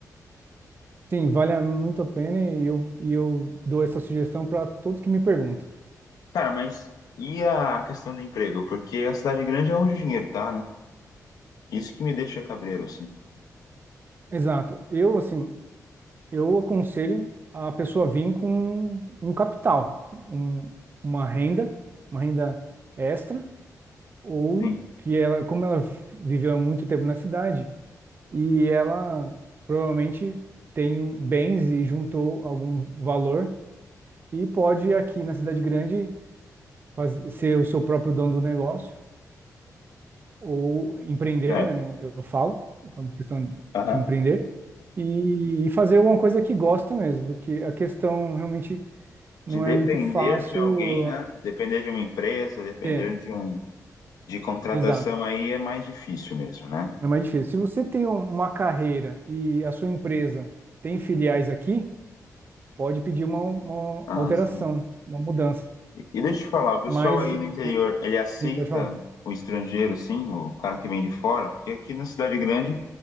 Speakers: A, on the right (about 35°); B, on the left (about 75°).
A: Sim, vale muito a pena e eu, e eu dou essa sugestão para todos que me perguntam.
B: Cara, mas e a questão do emprego? Porque a cidade grande é onde o dinheiro tá, né? Isso que me deixa cabreiro, assim.
A: Exato. Eu, assim, eu aconselho a pessoa vir com um capital, um- uma renda, uma renda extra, ou
B: Sim,
A: que ela, como ela viveu há muito tempo na cidade, e ela provavelmente tem um- bens e juntou algum valor e pode aqui na cidade grande faz- ser o seu próprio dono do negócio ou empreender,
B: certo.
A: né? no- Eu falo, eu falo questão
B: Aham.
A: de empreender e, e fazer alguma coisa que gosta mesmo, porque a questão realmente não
B: De depender
A: é muito fácil.
B: de alguém, né? Depender de uma empresa, depender
A: É,
B: de um de contratação
A: exato.
B: aí é mais difícil mesmo, né?
A: É mais difícil. Se você tem um, uma carreira e a sua empresa tem filiais aqui, pode pedir uma, uma
B: Ah,
A: alteração,
B: sim.
A: uma mudança.
B: E, e deixa eu te falar, o pessoal
A: Mas,
B: aí no interior, ele aceita
A: sim, pode falar.
B: o estrangeiro, sim, o cara que vem de fora? Porque aqui na cidade grande